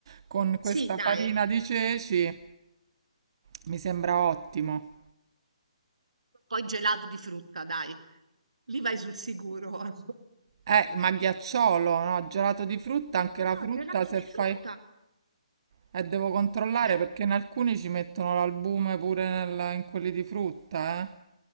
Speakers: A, on the right (about 50°); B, on the right (about 80°).
A: con questa
B: Sì, dai.
A: farina di ceci, mi sembra ottimo.
B: Poi gelato di frutta, dai. Lì vai sul sicuro. <laughs>
A: Eh, ma ghiacciolo, no? Gelato di frutta, anche la
B: No,
A: frutta
B: gelato
A: se
B: di
A: fai...
B: frutta.
A: Eh, devo controllare
B: Beh,
A: perché in alcuni ci mettono l'albume pure nel- in quelli di frutta, eh.